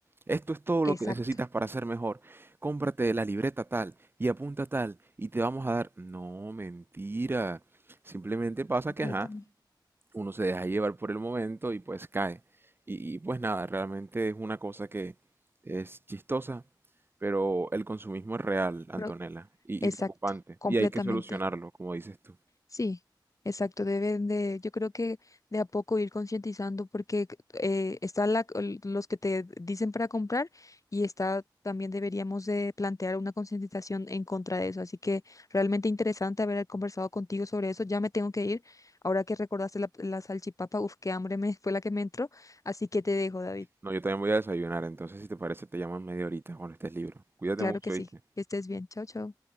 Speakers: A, on the right; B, on the left.
A: Esto es todo lo
B: Exacto,
A: que necesitas para ser mejor. Cómprate la libreta tal y apunta tal y te vamos a dar... No, mentira. Simplemente pasa
B: completamente.
A: que, ajá, uno se deja llevar por el momento y pues cae. Y, y, pues nada, realmente es una cosa que es chistosa, pero el consumismo es real, Antonella,
B: Pero-
A: y,
B: Exacto,
A: y preocupante.
B: completamente.
A: Y hay que solucionarlo, como dices tú.
B: Sí, exacto. Deben de, yo creo que de a poco ir concientizando porque eh, están la- el- los que te dicen para comprar y está también deberíamos de plantear una concientización en contra de eso. Así que realmente interesante haber conversado contigo sobre eso. Ya me tengo que ir. Ahora que recordaste la, la salchipapa, uf, qué hambre me <laughs> fue la que me entró. Así que te dejo, David.
A: No, yo también voy a desayunar, entonces si te parece te llamo en media horita cuando estés libro. Cuídate
B: Claro
A: mucho,
B: que sí.
A: ¿viste?
B: Que estés bien. Chao, chao.